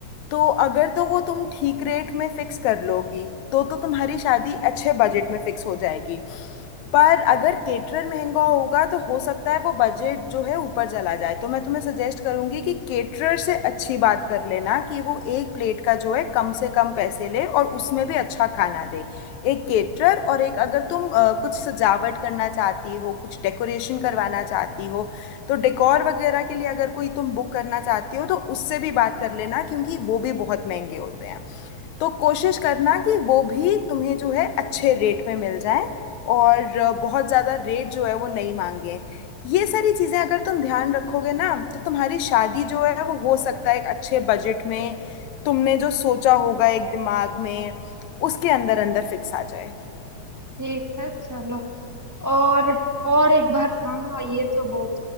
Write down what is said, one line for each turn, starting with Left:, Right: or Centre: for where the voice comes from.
Left: तो अगर तो वो तुम ठीक रेट में फिक्स कर लोगी तो तो तुम्हारी शादी अच्छे बजट में फिक्स हो जाएगी पर अगर केटरर महंगा होगा तो हो सकता है वो बजट जो है ऊपर चला जाए तो मैं तुम्हें सजेस्ट करूंगी कि केटरर से अच्छी बात कर लेना कि वो एक प्लेट का जो है कम से कम पैसे ले और उसमें भी अच्छा खाना दे एक केटरर और एक अगर तुम अ, कुछ सजावट करना चाहती हो कुछ डेकोरेशन करवाना चाहती हो तो डेकोर वगैरह के लिए अगर कोई तुम बुक करना चाहती हो तो उससे भी बात कर लेना क्योंकि वो भी बहुत महंगे होते हैं तो कोशिश करना कि वो भी तुम्हें जो है अच्छे रेट पे मिल जाए और अ, बहुत ज़्यादा रेट जो है वो नहीं मांगे ये सारी चीज़ें अगर तुम ध्यान रखोगे ना तो तुम्हारी शादी जो है वो हो सकता है एक अच्छे बजट में तुमने जो सोचा होगा एक दिमाग में उसके अंदर अंदर फिक्स आ जाए
Right: ठीक है चलो और और एक बात हाँ ये तो बहुत